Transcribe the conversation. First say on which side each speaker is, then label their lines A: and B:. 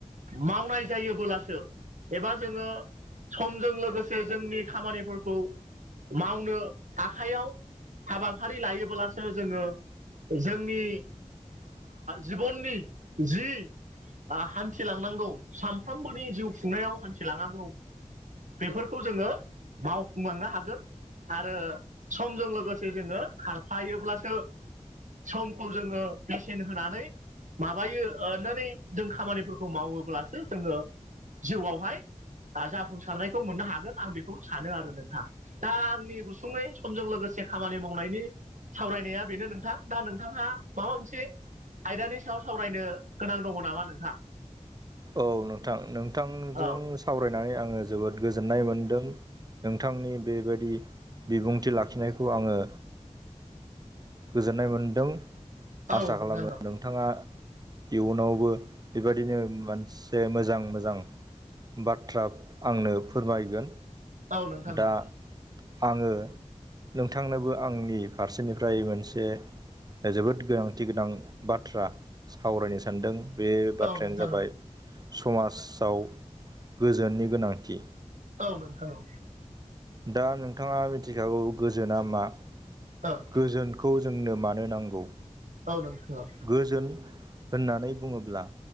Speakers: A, on the right; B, on the right.
A: मावनाय जायोबोलासो एबा जोङो समजों लोगोसे जोंनि खामानिफोरखौ मावनो आखाइयाव हाबाफारि लायोब्लासो जोङो जोंनि जिबननि जि ओ हान्थिलांनांगौ सानफ्रोमबोनि जिउ खुंनायाव हान्थिलांनांगौ बेफोरखौ जोङो मावफुंलांनो हागोन आरो समजों लोगोसे जोङो खारफायोब्लासो समखौ जोङो बेसेन होनानै माबायो नानै जों खामानिफोरखौ खौ मावोब्लासो जोङो जिउआवहाय जाफुंसारनायखौ मोननो हागोन आं बेखौ सानो आरो नोंथां दा आंनि गुसुङै समजों लोगोसे खामानि मावनायनि सावरायनाया बेनो नोंथां दा नोंथाङा माबा मोनसे आयदानि साव सावरायनो गोनां दङ नामा नोंहा
B: औ नोंथां नोंथांजों
A: औ
B: सावरायनानै आङो जोबोद गोजोननाय मोनदों नोंथांनि बेबायाददि बिबुंथि लाखिनायखौ आङो गोजोननाय मोनदों
A: औ
B: आसा
A: नोंथां
B: खालामो
A: औ
B: नोंथाङा इयुनावबो बेबदिनो मोनसे मोजां मोजां बाथ्रा आंनो फोरमायगोन
A: औ नोंथां
B: दा
A: औ
B: आङो नोंथांनोबो आंनि फारसेनिफ्राय मोनसे जोबोद गोनांथि गोनां बाथ्रा सावरायनो सानदों बे बाथ्रायानो
A: औ नोंथां
B: जाबाय समाजाव गोजोननि गोनांथि
A: औ नों औ
B: दा नोंथाङा मिथिखागौ गोजोना मा
A: अ
B: गोजोनखौ जोंनो मानो नांगौ
A: औ नोंथां औ
B: गोजोन होननानै बुङोब्ला